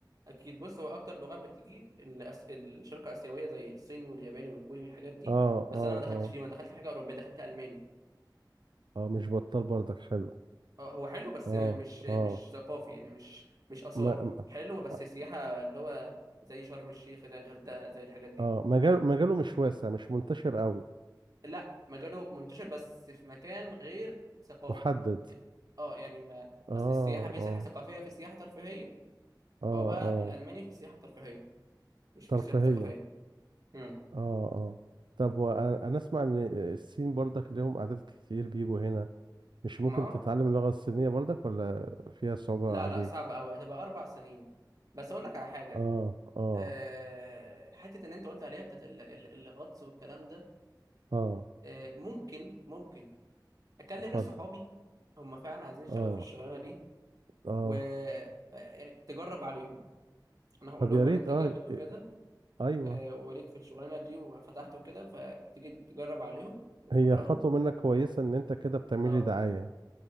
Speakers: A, on the right; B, on the right.
A: اكيد بص هو اكتر لغات بتيجي الأس... الشرق اسيويه زي الصيني والياباني والكوري والحاجات دي
B: أه
A: بس
B: أه
A: انا ما دخلتش
B: أه
A: فيه ما دخلت في حاجه اوروبيه دخلت الماني
B: اه مش بطال برضك حلو
A: اه هو حلو بس
B: اه
A: مش مش
B: اه
A: ثقافي يعني مش مش اثار
B: ما ما-
A: حلو بس
B: اه
A: سياحه اللي هو زي شرم الشيخ زي الغردقه زي الحاجات دي
B: آه، مجال مجاله مش واسع مش منتشر قوي
A: لا مجاله منتشر بس في مكان غير ثقافي
B: محدد
A: يعني اه يعني ما
B: اه
A: مثل السياحه في
B: اه
A: سياحه ثقافيه في سياحه ترفيهيه
B: اه
A: هو بقى
B: اه
A: الالماني في السياحه الترفيهيه مش في
B: ترفيهية
A: السياحه الثقافيه امم
B: اه اه طب وأ- انا اسمع ان الصين برضك ليهم اعداد كتير بيجوا هنا مش ممكن
A: ما
B: تتعلم اللغة الصينية برضك ولا فيها صعوبة
A: لا
B: عليك
A: لا صعبة أوي هتبقى أربع سنين بس أقول لك على حاجة
B: اه اه
A: أه حتة إن أنت قلت عليها بتاعت ال- ال- الغطس والكلام ده
B: اه
A: أه ممكن ممكن أكلم
B: اتفضل
A: ناس صحابي هم فعلا عايزين يشتغلوا
B: اه
A: في الشغلانة دي
B: اه
A: و آه، يعني تجرب عليهم أنا هقول
B: طب
A: لهم
B: يا ريت
A: إن أنت
B: اه
A: جامد وكده
B: إيه، ايوه
A: أه وليك في الشغلانة دي وفتحت وكده فتيجي تجرب عليهم وتمرنهم
B: هي خطوة منك كويسة ان انت كده بتعملي
A: أه
B: دعاية